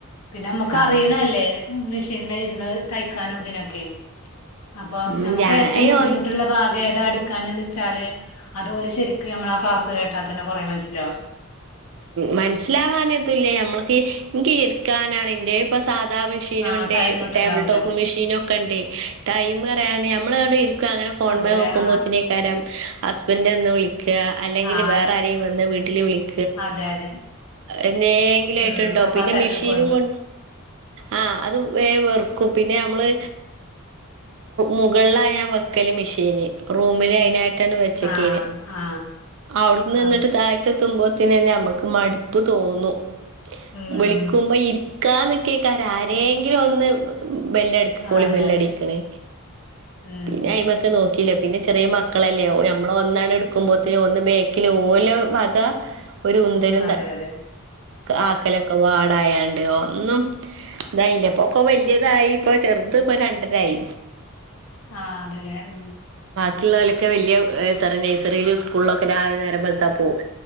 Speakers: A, on the left; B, on the right.
A: പിന്നെ നമ്മുക്ക് അറിയണ
B: ആഹ്
A: അല്ലേ മെഷീന ഇരുന്ന് തയ്ക്കാനോ ഇതിനൊക്കെ അപ്പൊ
B: ഉം
A: നമുക്ക്
B: ഞാൻ
A: ഏറ്റവും ബുദ്ധിമുട്ടുള്ള ഭാഗം ഏതാ അടുക്കാൻന്ന് വെച്ചാല് അതുപോലെ ശരിക്കും നമ്മ ആ ക്ലാസ് കേട്ടാൽന്നെ കുറേ മനസ്സിലാവും
B: മനസ്സിലാവാൻതല്ലേ നമ്മൾക്ക് കീർക്കാനാണ് എന്റെ സാധാ മെഷീന
A: ആ
B: ഉണ്ട്
A: ടൈം ഇട്ടുണ്ടാവൂല
B: ടേബിൾ ടോപ്പ് മെഷീനുംനൊക്കെ ഉണ്ട് ടൈം പറയാന് നമ്മളടെ ഇ അനെ ഫോൺ
A: അതല്ലേ
B: നോക്കുമ്പോനേക്കാര്ം
A: ആ
B: ഹസ്ബൻഡ വിളിക്ക അല്ലെങ്കിൽ
A: ആ
B: വേറെ ആരെയും വന്ന് വീട്ടിൽ വിളിക്ക
A: അതെ അതെ
B: എന്തെങ്കിലുംയിട്ട
A: ഉം
B: ഉണ്ടോ
A: അപ്പൊ
B: പിന്നെ
A: ആ തിരക്ക്
B: മെഷീനും
A: പെടും
B: കൊ ആ അത് വേ വെറുക്കും പിന്നെ നമ്മള് മുകള ഞാൻ വെക്കല് മെഷീന് റൂമില് അതിന വച്ചക്കെ
A: ആ ആ
B: അവിന്ന്
A: ആ
B: നിന്നിട്ട് താഴത്തെത്തുമ്പോ ന്നെ നമക്ക് മടുപ്പ് തോന്നും
A: ഉം
B: വിളിക്കുമ്പോ ഇരിക്കാ കേക്കാര ആരെങ്കിലും ഒന്ന് ബെല്ലട കോളിബല്ലടിക്കണേ
A: അതെ അതെ ഉം
B: പിന്നെ അയിമക്കെ നോക്കി ല്ല പിന്നെ ചെറിയ മക്കളല്ലേ നമ്മ ഒന്നാണ് എടുക്കുമ്പോത്തനന് ഒന്ന് ബേക്കില് ഓലോ വക ഒരു ഉന്തരും
A: അതെ അതെ
B: ആക്കലൊക്കെ പാടായണ്ട് ഒന്നും ഇതായില്ല ഇപ്പൊക്ക വലിയതായി ഇപ്പൊ ചെറുത് ഇപ്പൊ രണ്ടരായി
A: ആ അതെല്ലേ ഉ
B: മറ്റുള്ളവലൊക്കെ വലിയ ത നഴ്സറിയിലും സ്കൂളിലൊക്കെ രാവിലെ നേരം വെലത്താ പോവും